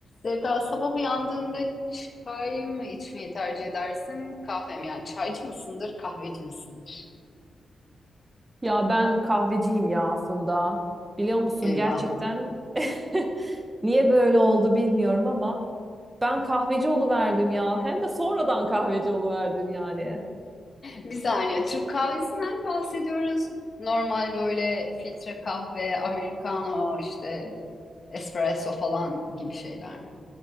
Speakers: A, on the left; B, on the right.
A: Sevda sabah uyandığında çay mı içmeyi tercih edersin? Kahve mi? Yani çaycı mısındır, kahveci misindir?
B: Ya ben kahveciyim ya aslında. Biliyor musun
A: Eyvah.
B: gerçekten <laughs> niye böyle oldu bilmiyorum ama ben kahveci oluverdim ya. Hem de sonradan kahveci oluverdim yani.
A: Bir saniye. Türk kahvesinden bahsediyoruz. Normal böyle filtre kahve, americano, işte espresso falan gibi şeyler mi?